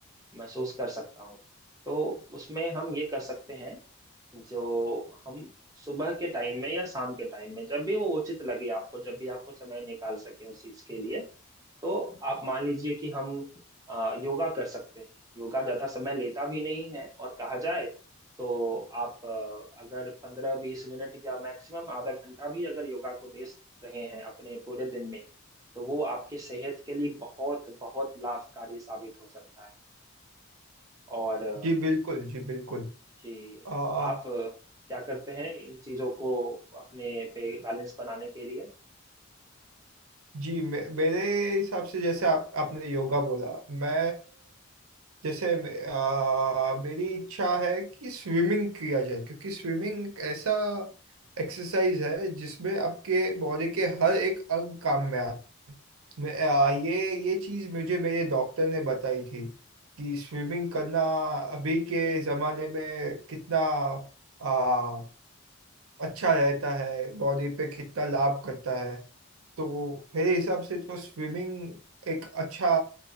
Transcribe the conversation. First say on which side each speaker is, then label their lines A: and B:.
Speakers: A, on the right; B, on the right.
A: महसूस कर सकता हूँ तो उसमें हम ये कर सकते हैं जो हम सुबह के टाइम में या शाम के टाइम में जब भी वो उचित लगे आपको जब भी आपको समय निकाल सके उस चीज के लिए तो आप मान लीजिए कि हम अ, योगा कर सकते हैं योगा ज्यादा समय लेता भी नहीं है और कहा जाए तो आप अ, अगर पंद्रह बीस मिनट या मैक्सिमम आधा घंटा भी अगर योगा को दे रहे हैं अपने पूरे दिन में तो वो आपके सेहत के लिए बहुत बहुत लाभकारी साबित हो सकता है और अ,
B: जी बिल्कुल जी बिल्कुल
A: जी
B: आ,
A: आप अ, क्या करते हैं इन चीज़ों को अपने पे बैलेंस बनाने के लिए
B: जी मे, मेरे हिसाब से जैसे आप आपने योगा बोला मैं जैसे मे- आ, मेरी इच्छा है कि स्विमिंग किया जाए क्योंकि स्विमिंग एक ऐसा एक्सरसाइज है जिसमें आपके बॉडी के हर एक अंग काम में आता है मैं आ, ये ये चीज मुझे मेरे डॉक्टर ने बताई थी कि स्विमिंग करना अभी के जमाने में कितना आ, अच्छा रहता है बॉडी पे कितना लाभ करता है तो मेरे हिसाब से तो स्विमिंग एक अच्छा